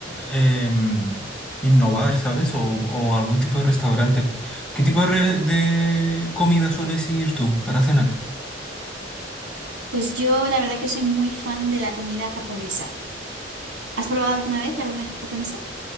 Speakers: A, in the centre; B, on the right.
A: em, innovar, ¿sabes? O, o algún tipo de restaurante. ¿Qué tipo de, re- de comida sueles ir tú para cenar?
B: Pues yo la verdad que soy muy fan de la comida japonesa. ¿Has probado alguna vez la comida japonesa?